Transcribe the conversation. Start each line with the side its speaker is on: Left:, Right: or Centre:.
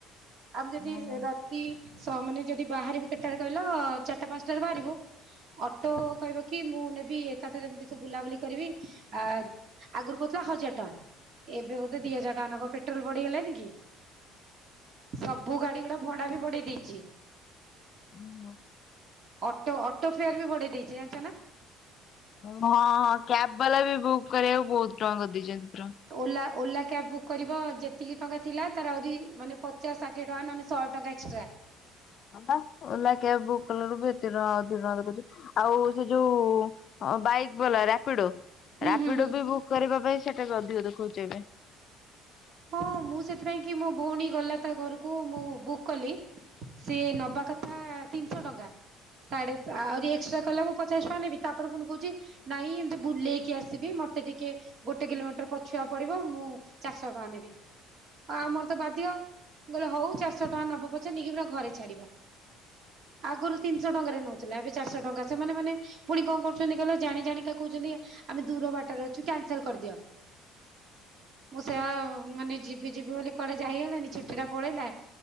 Right: ଆମେ ଯଦି
Left: ହଁ
Right: ର କି ସ ମାନେ ଯଦି ବାହାରିବୁ କେତଟାରେ କହିଲ ଚାରିଟା ପାଞ୍ଚଟାରେ ବାହାରିବୁ ଅଟୋ କହିବ କି ମୁଁ ନେବି ଏକାଥାରେ ଏମିତି ସବୁ ବୁଲାବୁଲି କରିବି ଆ ଆଗରୁ କହୁଥିଲା ହଜାର ଟଙ୍କା ଏବେ ବୋଧେ ଦି ହଜାର ଟଙ୍କା ନବ ପେଟ୍ରୋଲ ବଢିଗଲାଣି କି? ସବୁ ଗାଡି ଗୁଡା ଭଡା ବି ଭଡେଇ ଦେଇଛି।
Left: ହୁଁ ହୋ।
Right: ଅଟୋ ଅଟୋ ଫେୟାର ବି ବଢେଇ ଦେଇଛି ଜାଣିଛ ନା?
Left: ହଁ ହଁ କ୍ୟାବ ବାଲା ବି ବୁକ୍ କରିବାକୁ ବହୁତ ଟଙ୍କା କରିଦେଇଛନ୍ତି ପୁରା।
Right: ଓଲା ଓଲା କ୍ୟାବ୍ ବୁକ୍ କରିବ ଯେତିକି ଟଙ୍କା ଥିଲା ତାର ଆହୁରି ମାନେ ପଚାଶ ଷାଠି ଷାଠିଏ ଟଙ୍କା ନନେ ଶହେ ଟଙ୍କା ଏକ୍ସଟ୍ରା
Left: ହଁ ପା ଓଲା କ୍ୟାବ ବୁକ୍ କଲାରୁ ବି ଏତେ ଟଙ୍କା ଅଧିକ ଟଙ୍କା ଦେଖୁଉଛି। ଆଉ ସେ ଯୋଉ ବାଇକ୍ ବାଲା ରାପିଡୋ।
Right: ହୁଁ
Left: ରାପିଡୋକୁ
Right: ହୁଁ ହୁଁ
Left: ବି ବୁକ୍ କରିବା ପାଇଁ ସେଟା ବି ଅଧିକ ଦେଖଉଛି ଏବେ।
Right: ହଁ ମୁଁ ସେଥିପାଇଁ କି ମୋ ଭଉଣୀ ଗଲା ତା ଘରକୁ ମୁଁ ବୁକ୍ କଲି। ସେ ନବା କଥା ତିନିଶହ ଟଙ୍କା। ସାଢେ ଆହୁରି ଏକ୍ସଟା କଲା ମୁଁ ପଚାଶ ଟଙ୍କା ନେବି ତାପରେ ପୁଣି କହୁଛି। ନାଇଁ ଏମିତି ବୁଲେଇକି ଆସିବି ମତେ ଟିକେ ଗୋଟେ କିଲୋମିଟର ପଛୁଆ ପଡିବ ମୁଁ ଚାରି ଚାରିଶହ ଟଙ୍କା ନେବି। ଆମର ତ ବାଧ୍ୟ ମୁଁ କହିଲି ହଉ ଚାରିଶହ ଟଙ୍କା ନବ ପଛେ ନେଇକି ପୁରା ଘରେ ଛାଡିବ। ଆଗରୁ ତିନିଶହ ଟଙ୍କାରେ ନଉଥିଲା। ଏବେ ଚାରିଶହ ଟଙ୍କା ସେମାନେ ମାନେ ପୁଣି କଣ କରୁଛନ୍ତି କହିଲ ଜାଣିଜାଣିକା କହୁଛନ୍ତି ଆମେ ଦୂର ବାଟରେ ଅଛୁ କ୍ୟାନସେଲ କରିଦିଅ। ସେ ମାନେ ଯିବି ଯିବି ବୋଲି କୁଆଡେ ଯାଇ ହେଲାନି ଛୁଟି ଟା ପଳେଇଲା।